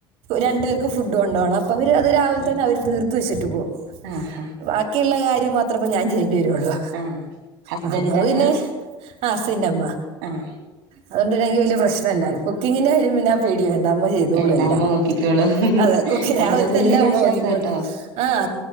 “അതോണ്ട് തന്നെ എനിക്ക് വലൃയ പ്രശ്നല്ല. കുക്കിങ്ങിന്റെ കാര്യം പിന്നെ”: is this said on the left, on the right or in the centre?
Right